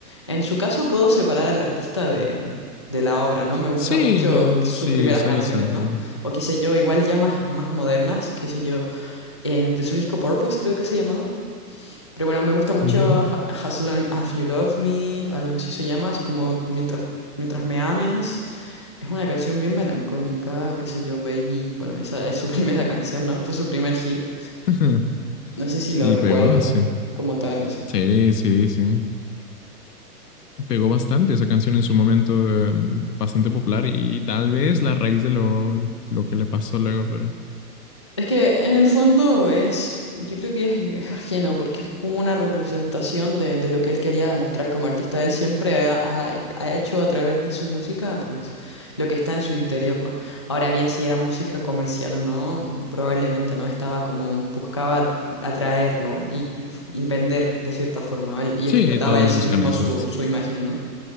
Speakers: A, on the left; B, on the left.
A: en su caso puedo separar al artista de, de la obra, ¿no? Me gustan
B: Sí,
A: mucho
B: yo
A: sus
B: sí,
A: primeras
B: solo
A: canciones,
B: siento
A: ¿no? O qué sé yo, igual ya más, más modernas, qué sé yo, eh, de su disco Purpose creo que se llamaba. Pero bueno, me gusta mucho
B: Ujú.
A: Ha- As Long As You Love Me, algo así se llama, así como mientras, mientras me ames. Es una canción bien melancólica, o qué sé yo, Baby. Bueno, esa es su <laughs> primera canción, ¿no? Fue su primer hit.
B: <laughs>
A: No sé si lo
B: Y
A: recuerdas
B: pegó, sí.
A: como tal, así.
B: Sí, sí, sí. Pegó bastante esa canción en su momento, eh, bastante popular y tal vez la raíz de lo, lo que le pasó luego, pero
A: Es que en el fondo es, yo creo que es, es ajeno, porque es como una representación de, de lo que él quería demostrar como artista. Él siempre ha, ha- ha hecho a través de su música, pues, lo que está en su interior, ¿no? Ahora bien, si era música comercial o no, probablemente no, estaba como, buscaba atraer, ¿no? Y, y f- y vender de cierta forma, Él- y
B: sí,
A: explotaba
B: todos
A: él
B: buscan
A: mismo
B: eso,
A: su,
B: esto es cierto.
A: su imagen, ¿no?